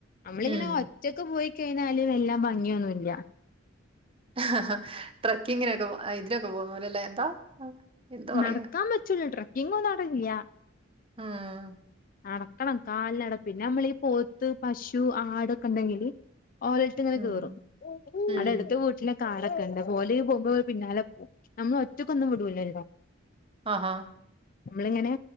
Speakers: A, on the left; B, on the right.
A: നമ്മളിങ്ങനെ
B: ഉം.
A: ഒറ്റക്ക് പോയി കഴിഞ്ഞാല് എല്ലാം ഭംഗിയൊന്നുല്ല
B: ആഹ് ട്രക്കിങ്ങിനൊക്കെ പോ ഇതിനോക്കെ പോന്ന പോലെ ല്ലേ എന്താ എന്താ പറയാ?
A: നടക്കാ പറ്റൂല്ല ട്രക്കിങ്ങൊന്നും അവെടെയില്ല
B: ആഹ്
A: നടക്കണം കാൽനട പിന്നെ അമ്മളീ ഈ പോത്ത് പശു ആടൊക്കെണ്ടെങ്കില് ഓലേ റ്റ്ങ്ങനെ
B: ഉം.
A: കിറും
B: ഉം.
A: അടെ അടുത്ത വീട്ടിലെ കാടൊക്കെ ണ്ട് പ്പോല് പോക്മ്പോ പിന്നാലെ പോകും നമ്മളൊറ്റയ്ക്കൊന്നും വിടൂലല്ലോ
B: ആഹാ
A: മ്മളിങ്ങനെ